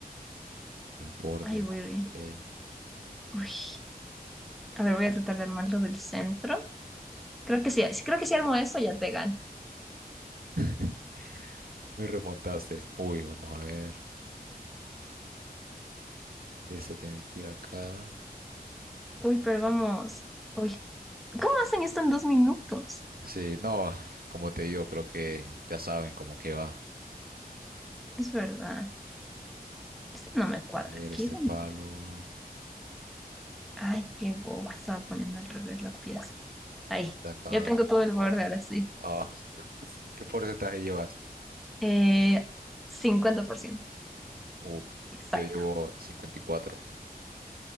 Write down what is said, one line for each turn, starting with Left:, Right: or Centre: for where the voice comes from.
Right: al borde.
Centre: Ay, voy. re-
Right: ok.
Centre: Uy. A ver, voy a tratar de armarlo del centro. Creo que sí, sí, creo que si armo eso ya te gano.
Right: <laughs> Me remontaste. Uy, vamos a ver. Esta tiene que ir acá.
Centre: Uy, pero vamos. Uy. ¿Cómo hacen esto en dos minutos?
Right: Sí, no, como te digo, creo que ya saben cómo que va. A
Centre: Es verdad. Este no me cuadra
Right: ver,
Centre: aquí.
Right: este
Centre: ¿Dónde?
Right: palo.
Centre: Ay, qué boba, estaba poniendo al revés la pieza. Ahí,
Right: de Acá.
Centre: ya tengo todo el borde ahora sí.
Right: Ah, <laughs> ¿qué porcentaje llevas?
Centre: Eh, cincuenta por ciento,
Right: Uf,
Centre: Exacto.
Right: yo llevo 54.